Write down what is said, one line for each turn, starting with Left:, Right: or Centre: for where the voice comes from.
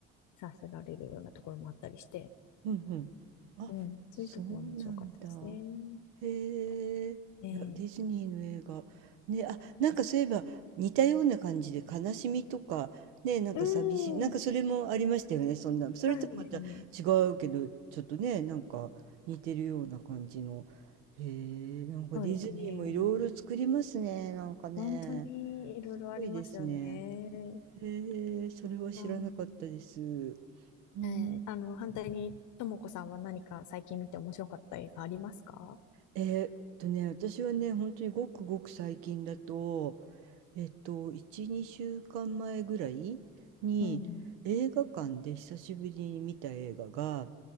Left: させられるようなところもあったりして、
Right: うんうん。あ、
Left: うん、そういうところが面白かったですね。
Right: そうなんだ。へえ。いや、
Left: ええ
Right: ディズニーの映画。ね、あ、なんかそういえば似たような感じで悲しみとか、ね、なんか寂しい。
Left: う
Right: なんかそれもありましたよね、
Left: ん、
Right: そんな。それとまた違
Left: そうですね。
Right: うけど、ちょっとね、なんか似てるような感じの。へえ、なんかディズニーもいろいろ作りますね、
Left: そうですね。
Right: なんかね。
Left: 本当にいろいろありますよね。
Right: すごいですね。へえ、それは知らなかったです。
Left: うん。
Right: うん。
Left: えーあの、反対に、ともこさんは何か最近見て面白かった映画ありますか
Right: えーっとね、私はね、本当にごくごく最近だと、えっと、1、2週間前ぐらいに映画館で久しぶりに見た映画が、
Left: うん。